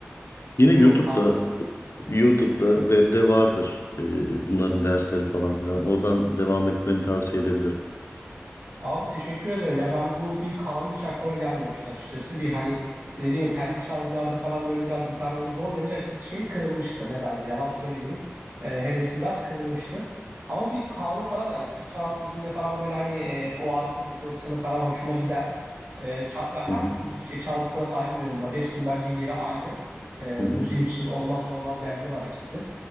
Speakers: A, on the left; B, on the right.
A: Yine YouTube'da
B: Hı, haklısın.
A: YouTube'da webde vardır e, bunların dersleri falan filan. Oradan devam etmeni tavsiye edebilirim.
B: Abi teşekkür ederim ya ben bu bir kanun hiç aklıma gelmemişti açıkçası bir hani e, dediğim gibi telli çalgılarda falan böyle biraz gitar beni zorlayınca açıkçası şeyim kırılmıştı ne derler yalan söylemeyeyim Ee, hevesim biraz kırılmıştı ama bir kanun falan da hani Türk sanat müziğinde falan böyle hani e, o arkadaki o tını falan hoşuma gider Ee, çal- ben her
A: Hı hı,
B: türlü müzik şey, çalgısına saygı duyuyorum bu arada hepsinin bence yeri ayrı Ee, müziğin
A: hı hı.
B: içinde olmazsa olmaz yerleri var hepsinin